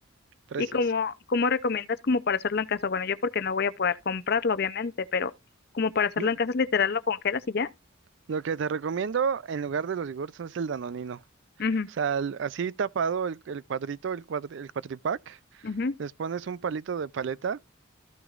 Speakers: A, on the right; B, on the left.
A: precioso.
B: ¿Y cómo, cómo recomiendas como para hacerlo en casa? Bueno, yo porque no voy a poder comprarlo, obviamente, pero como para hacerlo
A: L-
B: en casa, es literal, lo congelas y ya.
A: Lo que te recomiendo en lugar de los yogurts es el danonino.
B: Ujú,
A: O sea, el- así tapado el, el cuadrito, el, cuadri- el cuatripack,
B: ujú,
A: les pones un palito de paleta